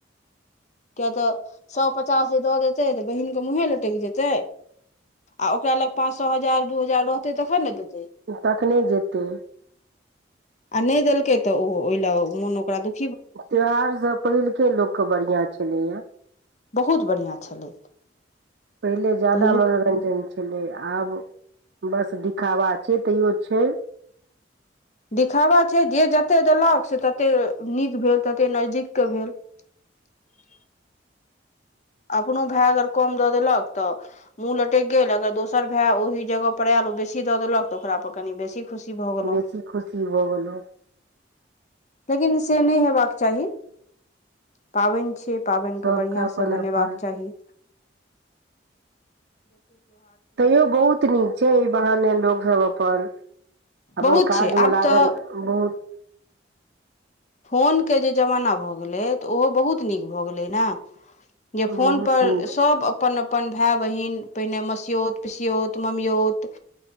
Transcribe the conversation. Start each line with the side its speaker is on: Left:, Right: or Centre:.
Left: किया तऽ सए पचास दऽ देतै तऽ बहिनके मुँहे लटकि जेतै। आ ओकरा लग पाँच सो, हजार, दू हजार, रहतै तखन ने देै
Right: ओ तखने जेतै।
Left: आ नहि देलकै तऽ, ओ ओहि ल मोन ओकरा दु
Right: त्यौहारसँ पहिलके लोकके बढ़िआँ छलै है।
Left: बहुत बढ़िआँ छलै।
Right: पहिले जादा
Left: पहिलुक
Right: मनोरञजन छलै, आब बस दिखावा छै, तैयो छै।
Left: दिखावा छै, जे जतेक देलक से ततेक नीक भेल, ततेक नजदीकके भेल। <unintelligible> अपनो भाय अगर कम दऽ देलक ‍तऽ मुँह लटकि गेल, अगर दोसर भाय ओहि जगह पर आयल बेसी दऽ देलक, त ओरा पर कनि बेसी खुशी भऽ गेलहुँ
Right: बेसी खुशी भऽ गेलहु।
Left: लेकिन से नहि हेबाक चाही, पाबनि छी। पाबैन के
Right: सबके
Left: बढ़िया
Right: अपन
Left: सँ मनेबाक
Right: अपन
Left: चाहि।
Right: तैयो बहुत नीक छै, एहि बहाने लोकसभ अपन अपन
Left: बहुत
Right: काजमे
Left: छै आब
Right: लागल,
Left: तऽ
Right: बहुत
Left: फोनके जे जमाना भऽ गेलै, तऽ ओहो बहुत नीक भऽ गेलै ने। जे फोन
Right: बहुत
Left: पर
Right: नीक
Left: सभ अपन -अपन भाय -बहिन, पहिने मसिऔत, पिसिऔत, ममिऔत,